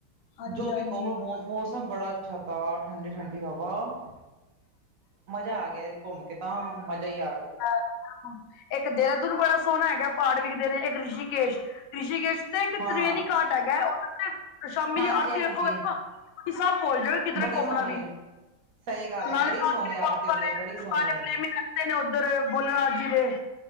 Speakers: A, on the left; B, on the right.
A: ਹਾਂਜੀ
B: ਜੋ
A: ਹਾਂਜੀ
B: ਵੀ ਕੋਵੋ ਮੌ, ਮੌਸ ਸਮ ਬੜਾ ਅੱਛਾ ਤਾ ਠੰਡੀ-ਠੰਡੀ ਹਵਾ ਮਜਾ ਆ ਗੇਆ ਘੁੰਮ ਕੇ ਤਾਂ, ਮਜਾ ਈ ਆ ਗੇਐ।
A: <unintelligible> ਏੱਕ ਦੇਹਰਾਦੂਨ ਬੜਾ ਸੋਨਾ ਹੈਗੈ, ਪ੍ਹਾੜ ਵਿਖਦੇ ਨੇ, ਏੱਕ ਰਿਸ਼ੀਕੇਸ਼। ਰਿਸ਼ੀਕੇਸ਼ ਤੇ
B: ਹਾਂ
A: ਤ੍ਰਿਵੇਨੀ ਘਾਟ ਹੈਗੈ, ਓਤੇ ਸ਼ਾਮੀ
B: ਹਾਂਜੀ
A: ਦੀ ਆਰਤੀ
B: ਹਾਂਜੀ
A: ਵੇਖੋਗੇ ਨਾ, ਤੂਸੀ ਸੱਬ ਭੋਲ ਜੋਗੇ ਕਿੱਦਰੇ
B: ਬੜੀ
A: ਘੁੰਮਨਾ
B: ਸੋਹਣੀ
A: ਵੀ,
B: ਨੇ ਸਹੀ ਗੱਲ
A: ਨਾਲੇ
B: ਹੈ ਬੜੀ
A: <unintelligible>
B: ਸੋਹਣੀ ਆਰਤੀ ਹੁੰਦੀ ਹੈ ਬੜੀ ਸੋਹਣੀ ਹੁੰਦੀ
A: <unintelligible> ਨੇ ਓਦੱਰ, ਬੋਲੇਨਾਥ ਜੀ ਦੇ।